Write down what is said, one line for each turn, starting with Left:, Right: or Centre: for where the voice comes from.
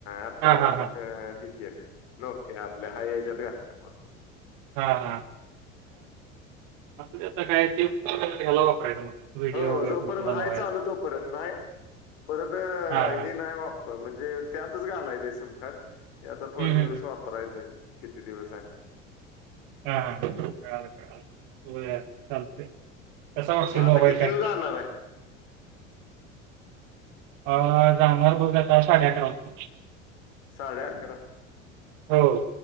Left: अप्पल
Right: हां, हां,
Left: वर
Right: हां.
Left: मग हे केलं नके आपल्या हा एजात गचल्या
Right: हा हा आता काय ते ह्याला वापरायचं व्हिडिओ
Left: हो
Right: वगैरे
Left: जोपर्यंत
Right: तुमचं बनवायला.
Left: हाय चालू तोपर्यंत नाही परत
Right: हां, हां.
Left: ह नाही वापर म्हणजे जे त्यातच घालायचंय सिम कार्ड हे आता थोडे
Right: हं, हं,
Left: दिवस
Right: हं.
Left: वापरायचंय किती दिवसा
Right: हा का का चू स्थलत त्याचावरट सिमबाईल
Left: मग आता कितीला
Right: कँकी
Left: जाणार आहे
Right: अ जाणार बघ आता साडे अकरा वाजे
Left: साडे अरकरा
Right: हो